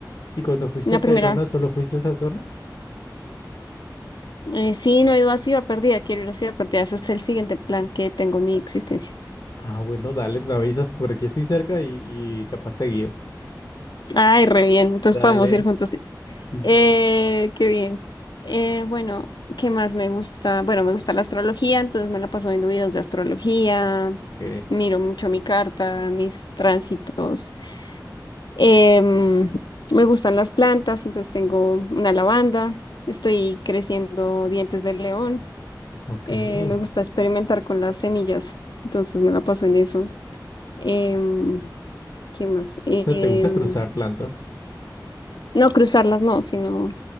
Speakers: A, on the left; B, on the left.
A: ¿Y cuando fuiste
B: La
A: al
B: primera,
A: Tayrona solo fuiste a esa zona?
B: eh, sí, no he ido a Ciudad Perdida, quiero ir a Ciudad Perdida. Ese es el siguiente plan que tengo en mi existencia.
A: Ah, bueno, dale, me avisas, por aquí estoy cerca y, y capaz seguido.
B: Ay, re bien. Entonces
A: Dale,
B: podemos ir juntos
A: sí.
B: Eh, qué bien. Eh, bueno, ¿qué más me gusta? Bueno, me gusta la astrología, entonces me la paso viendo videos de astrología,
A: Ok.
B: miro mucho mi carta, mis tránsitos. Em, me gustan las plantas, entonces tengo una lavanda, estoy creciendo dientes de león.
A: Ok.
B: eh, me
A: O
B: gusta experimentar con las semillas, entonces me la paso en eso. Em, ¿qué más? Em,
A: sea, ¿te gusta cruzar plantas?
B: no cruzarlas, no, sino